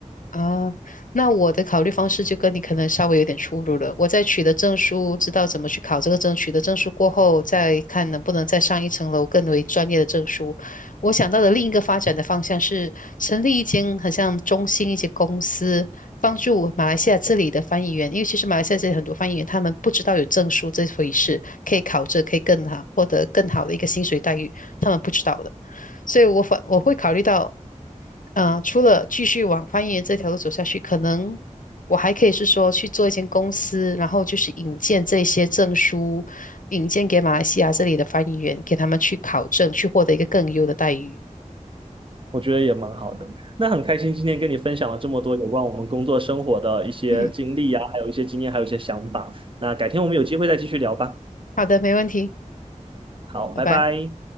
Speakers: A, on the left (about 85°); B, on the right (about 40°).
A: 啊，那我的考虑方式就跟你可能稍微有点出入了。我在取得证书，知道怎么去考这个证，取得证书过后，再看能不能再上一层楼，更为专业的证书。我想到的另一个发展的方向是成立一间很像中心一间公司，帮助马来西亚这里的翻译员，因为其实马来西亚这里很多翻译员他们不知道有证书这回事，可以考这，可以更好获得更好的一个薪水待遇，他们不知道的。所以我反我会考虑到。呃，除了继续往翻译员这条路走下去，可能我还可以是说去做一间公司，然后就是引荐这些证书，引荐给马来西亚这里的翻译员，给他们去考证，去获得一个更优的待遇。
B: 我觉得也蛮好的。那很开心今天跟你分享了这么多有关我们工作生活的一些经历呀、
A: 嗯，
B: 还有一些经验，还有一些想法。那改天我们有机会再继续聊吧。
A: 好的，没问题，
B: 好，
A: 拜拜。
B: 拜拜。